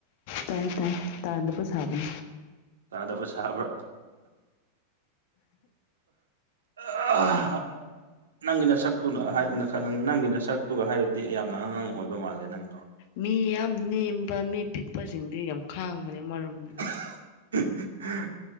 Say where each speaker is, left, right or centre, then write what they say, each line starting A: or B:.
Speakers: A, on the left (about 50°); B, on the right (about 65°).
A: ꯇꯥꯏ ꯇꯥꯏ ꯇꯥꯟꯗꯕꯁꯥꯅꯤ
B: ꯇꯥꯗꯕ ꯁꯥꯕ꯭ꯔꯥ ꯑ ꯅꯪꯒꯤꯅ ꯁꯛꯇꯨꯅ ꯍꯥꯏꯅ ꯈ ꯅꯪꯒꯤꯅ ꯁꯛꯇꯨꯒ ꯍꯥꯏꯔꯗꯤ ꯌꯥꯝꯅ ꯑꯉꯥꯡ ꯑꯣꯏꯕ ꯃꯥꯜꯂꯦ ꯅꯪꯗꯣ
A: ꯃꯤ ꯌꯥꯝ ꯅꯦꯝꯕ ꯃꯤ ꯄꯤꯛꯄꯁꯤꯡꯗꯤ ꯌꯥꯝ ꯈꯥꯡꯕꯅꯦ ꯃꯔꯣꯝꯗꯗꯤ
B: ꯍ